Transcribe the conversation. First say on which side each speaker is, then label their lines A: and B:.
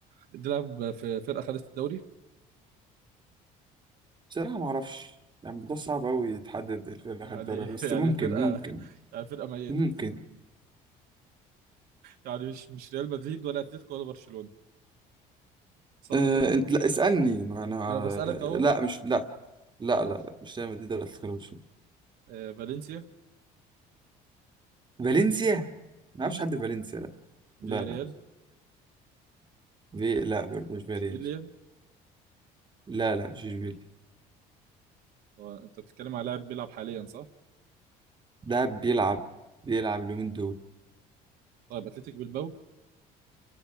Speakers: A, on the right; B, on the right.
A: بيلعب في فرقة خدت الدوري
B: بصراحة ما اعرفش يعني الموضوع صعب قوي يتحدد الفرق اللي خد
A: يعني
B: الدوري
A: <laughs>
B: بس
A: يعني
B: ممكن
A: الفرقة
B: ممكن
A: يعني فرقة ميتة
B: ممكن
A: يعني مش مش ريال مدريد ولا اتلتيكو ولا برشلونة صح
B: آه
A: كده؟
B: انت لا اسألني ما انا
A: ما انا
B: آه،
A: بسألك اهو
B: لا مش لا لا
A: ماشي
B: لا, لا مش دايما دي دوري الخمسة
A: آه فالنسيا
B: فالنسيا ما
A: امم
B: اعرفش حد في فالنسيا لا
A: فيا ريال
B: لا لا في لا برضه مش فيريال
A: اشبيليا
B: لا لا مش اشبيليا
A: هو انت بتتكلم على لاعب بيلعب حاليا صح؟
B: ده بيلعب بيلعب اليومين دول
A: طيب اتلتيك بالباو